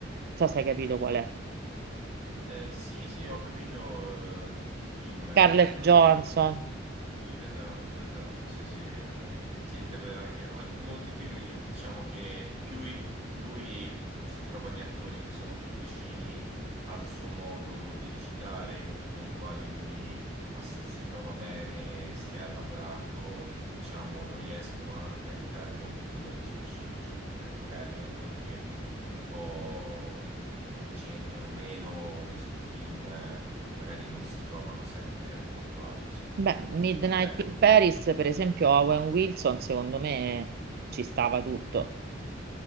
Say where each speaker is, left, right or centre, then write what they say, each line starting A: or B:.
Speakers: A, on the right; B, on the right.
A: so se hai capito qual è.
B: Eh, sì, sì, ho capito, eh, il film, eh,
A: Scarlett Johansson.
B: Sì, Esatto, esatto, sì, sì, eh, sì, deve anche, al- molti film, eh, diciamo che più i- mh, lui, mh, se trova gli attori che sono più vicini al suo modo di recitare, con, con i quali lui ha- si trova bene, s- e ha lavorato, diciamo, lo riescono anche a entrare molto più nelle sue sceneggiature, magari attori che un po' ci entrano meno nei suoi film, eh, magari non si trovano sempre a proprio agio, secondo
A: Beh,
B: me.
A: Midnight
B: Beh, comunque,
A: in Paris, per esempio, Owen Wilson, secondo me ci stava tutto.